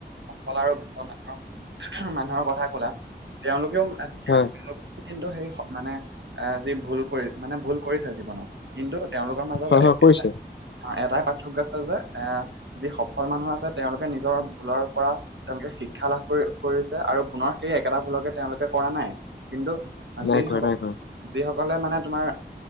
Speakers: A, on the right (about 85°); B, on the left (about 85°).
A: সফল আৰু বিফল মানুহৰ, মানুহৰ কথা কলা। তেওঁলোকেও- এতিয়া
B: হয়
A: তেওঁলোকেও কিন্তু সেই মানে যি ভুল কৰি মানে ভুল কৰিছে জীৱনত- কিন্তু তেওঁলোকৰ মাজত
B: হয় হয়
A: এ'
B: কৰিছে।
A: এটা এটাই পাৰ্থক্য আছে যে এ যি সফল মানুহ আছে তেওঁলোকে নিজৰ ভুলৰ পৰা তেওঁলোকে শিক্ষা লাভ কৰি কৰিছে, আৰু পুনৰ সেই একেটা ভুলকে তেওঁলোকে কৰা নাই। কিন্তু-
B: নাই কৰা নাই কৰা
A: যি সকলে মানে তোমাৰ-